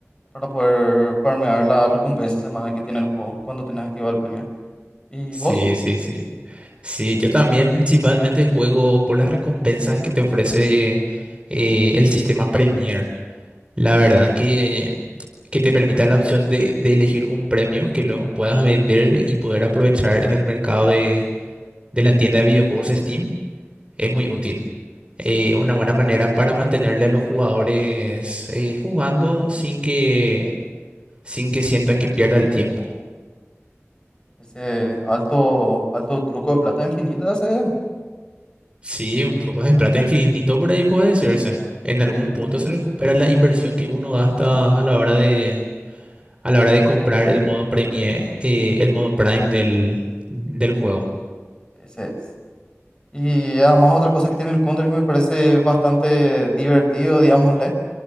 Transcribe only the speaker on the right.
Sí,
sí, sí. Sí, Sí, yo también principalmente juego por las recompensas que te ofrece eh, el sistema Premier. La verdad que, que te permite la opción de, de elegir un premio que lo puedas vender y poder aprovechar en el mercado de, de la tienda de videojuegos Steam. Es muy útil. eh, una buena manera para mantenerle a los jugadores eh, jugando sin que, sin que sientan que pierda el tiempo.
Sí, un truco de plata infinito por ahí puede decirse. En algún
punto se recupera la inversión que uno gasta a la hora de, a la hora de comprar el modo premie, eh, el modo Prime del, del juego.